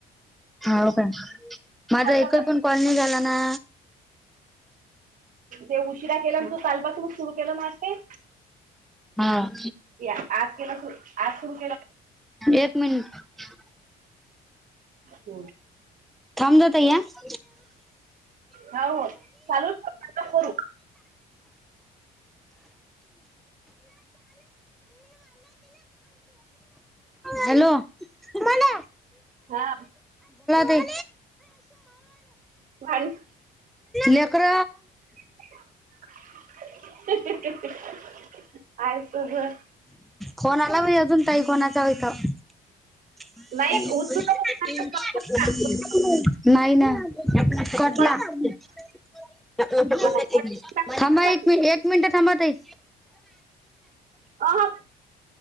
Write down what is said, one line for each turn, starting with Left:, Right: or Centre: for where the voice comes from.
Centre: होवं काय माझा
Right: आता
Centre: एकही
Right: तर
Centre: पण कॉल नाय झाला ना
Right: ते उशिरा केला तू कालपासूनच सुरू केलं ना वाटते.
Centre: हा.
Right: या आज केला सुरू आज सुरू केला.
Centre: एक मिनट
Right: हो.
Centre: थांब ग तया <unintelligible> <unintelligible>
Right: हो हो चालू करू
Centre: हॅलो बोला
Right: हा
Centre: ताई
Right: <unintelligible>
Centre: लेकर
Right: <unintelligible> आहे सगळं
Centre: फोन आला व्हय अजून कोणाचा इथं <unintelligible>
Right: नाही उचलू नको पट
Centre: नाही ना कटला
Right: हा,
Centre: <unintelligible>
Right: पट टाकण्यासाठी.
Centre: थांबा एक मि एक मिनिट थांबा ताई
Right: अहं.